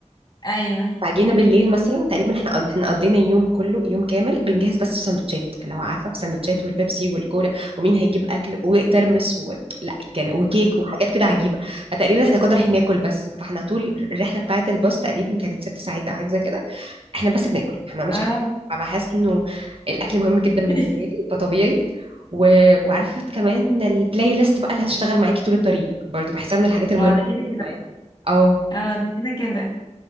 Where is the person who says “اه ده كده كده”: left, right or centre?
Left